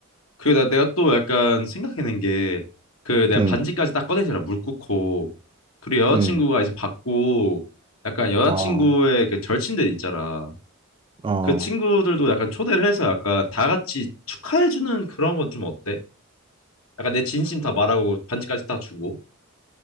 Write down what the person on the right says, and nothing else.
음,
음,
어,
어.